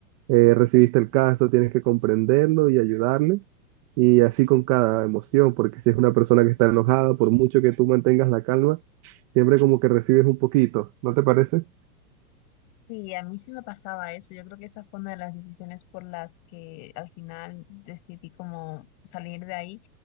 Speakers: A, on the right; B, on the left.
A: eh, recibiste el caso, tienes que comprenderlo y ayudarle. Y así con cada emoción, porque si es una persona que está enojada, por mucho que tú mantengas la calma, siempre como que recibes un poquito, ¿no te parece?
B: Sí, a mí sí me pasaba eso. Yo creo que esa fue una de las decisiones por las que al final decidí como salir de ahí,